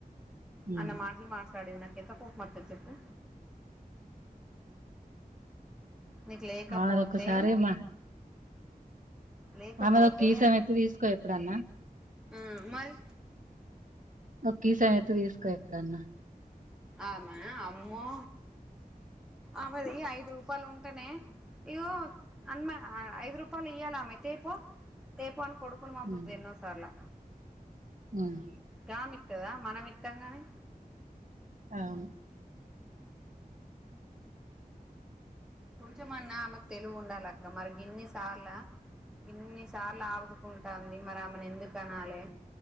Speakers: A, on the right (about 60°); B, in the centre.
A: ఉమ్,
B: అన్న మాటలు మాట్లాడింది నాకు. ఎంత కోపం వత్తది చెప్పు. నీకు లేకపోతే
A: అదొకసారి మా.
B: లేకపోతే
A: ఆమెది ఒ కీసో ఎపు తీసుకో ఎప్పుడన్నా.
B: ఉమ్ మరి.
A: ఒ కిసో అయితే తీసుకో ఎప్పుడన్నా.
B: ఆమె అమ్మో ఆమది ఐదు రూపాయలు ఉంటేనే ఇగో అమ్మ ఐదు రూపాయలు ఇయ్యాల ఆమే తేపో తేపో అనుకో. కొడుకును పంపించింది
A: ఉమ్,
B: ఎన్నో సార్లో.
A: ఉమ్,
B: కమిత్. కదా మనంమిత్తంగాని.
A: అవును.
B: కొంచెమన్నా ఆమెకు తెలివి ఉండాలక్క మరి గిన్ని సార్లా. ఇన్ని సార్ల అవ్వదు. కుంటంది మరి ఆమెను ఎందుకు అనాలి.